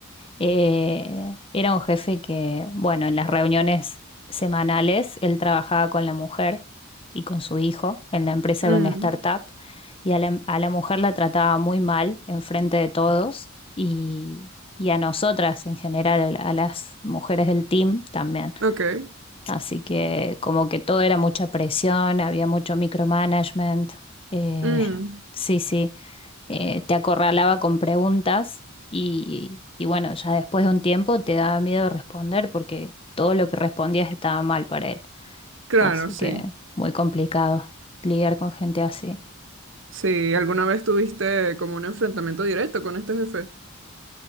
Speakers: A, on the left; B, on the right.
A: Eh, era un jefe que, bueno, en las reuniones semanales él trabajaba con la mujer y con su hijo. En la empresa
B: Mm,
A: era una startup y a la, a la mujer la trataba muy mal enfrente de todos y, y a nosotras en general, a las mujeres del team también.
B: ok.
A: Así que como que todo era mucha presión, había mucho micromanagement. Eh,
B: Mm,
A: sí, sí eh, te acorralaba con preguntas y, y bueno, ya después de un tiempo te daba miedo responder porque todo lo que respondías estaba mal para él.
B: claro,
A: Así
B: sí.
A: que muy complicado lidiar con gente así.
B: Sí, ¿alguna vez tuviste como un enfrentamiento directo con este jefe?